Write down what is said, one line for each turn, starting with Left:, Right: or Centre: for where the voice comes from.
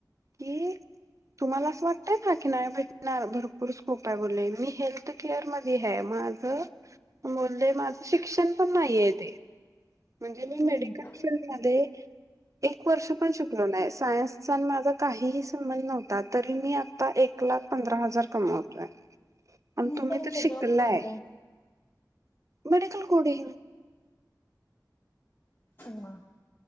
Right: की तुम्हाला असं वाटतय का की नाही भेटणार भरपूर स्कोप आहे बोले मी हेल्थ केअर मध्ये आहे मा मु माझं शिक्षण पण नाहीय ते म्हणजे
Left: हम्म.
Right: मी मेडिकल फीलड मध्ये एक वर्ष पण श नाही सायन्सचा माझा काहीही संबंध नव्हता तरी मी आता एक लाख पंधरा हजार कमावतोय आणि
Left: नेमका
Right: तुम्ही
Left: त्यांचा
Right: तर शिकलाय
Left: जॉब कोणता
Right: मेडिकल कुठेय
Left: म अ..